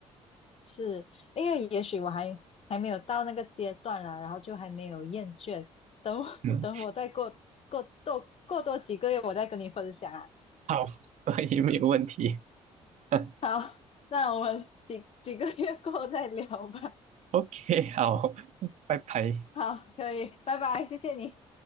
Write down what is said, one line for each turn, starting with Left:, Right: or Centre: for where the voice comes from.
Left: 是因为也许我还还没有到那个阶段啦，然后就还没有厌倦，等我
Right: 嗯，
Left: <laughs> 等我再过过多过多几个月，我再跟你分享啊。
Right: 好，<laughs> 所以没有问题。<laughs>
Left: 好，那我们几几个月过后再聊吧。
Right: OK，好，拜拜。
Left: 好，可以，拜拜，谢谢你。